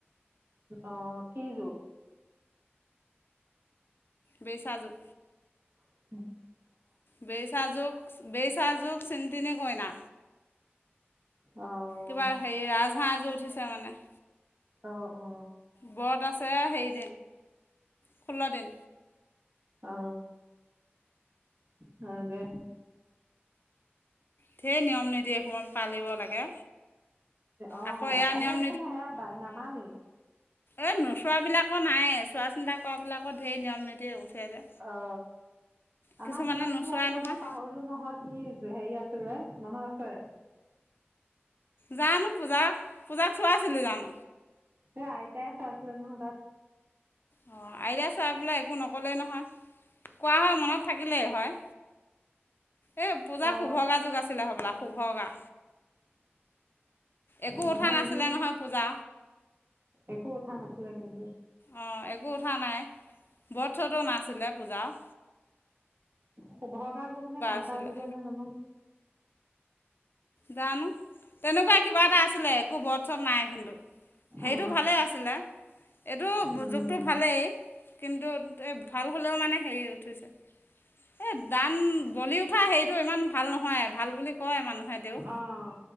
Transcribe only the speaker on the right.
অ কি যোগ
<unintelligible>
আহ
অ অ
অ হয় দে
অ
বাহিৰত
চোন সেয়া নামানে
অ
আমাৰ পূজাক
কি আছিলে
মই পাহৰিলো নহয় কি হেৰি আছিলে মনত আছে
হে আইতাই চোৱাইছিলে নহয় তাত
অ
নহয়
নেকি
একো উঠা নাছিলে কিন্তু
শুভগা যুগ নে কান্তা
যুগেই নে জানো
অ
উম
অঁ